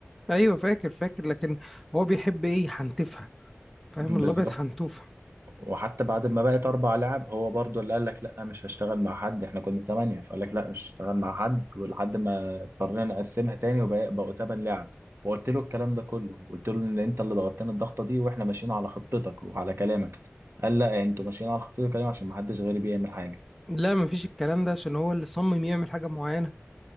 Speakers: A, in the centre; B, on the right (about 60°).
A: ايوه فاكر فاكر لكن هو بيحب ايه حنتفها فاهم
B: بالظبط
A: الابيض حنتوفه
B: وحتى بعد ما بقت اربع لعب هو برضو اللي قال لك لا مش هشتغل مع حد احنا كنا ثمانية فقال لك لا مش هشتغل مع حد ولحد ما اضطرينا نقسمها تاني وبقوا ثمان لعب فقلت له الكلام ده كله قلت له ان انت اللي ضغطتنا الضغطة دي واحنا ماشيين على خطتك وعلى كلامك قال لا انتوا ماشيين على خطتي وكلامي عشان ما حدش غيري بيعمل حاجة
A: لا مفيش الكلام ده عشان هو اللي صمم يعمل حاجه معينه